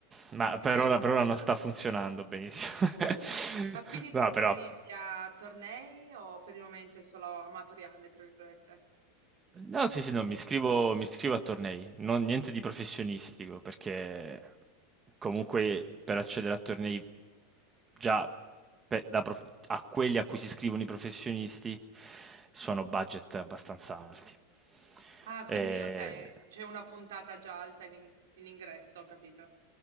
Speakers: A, on the right; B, on the right.
A: ma
B: Ok,
A: per ora, per
B: ci
A: ora
B: sta.
A: non sta funzionando benissimo. <laughs>
B: Ma quindi ti
A: No,
B: iscrivi
A: però...
B: a tornei o per il momento è solo amatoriale, tra virgolette?
A: No, sì, sì, no, mi iscrivo, mi iscrivo a tornei, non, niente di professionistico, perché comunque per accedere a tornei già pe- da prof- a quelli a cui si iscrivono i professionisti sono budget abbastanza alti.
B: Ah, quindi
A: Eh,
B: ok, c'è una puntata già alta in, in in ingresso, ho capito.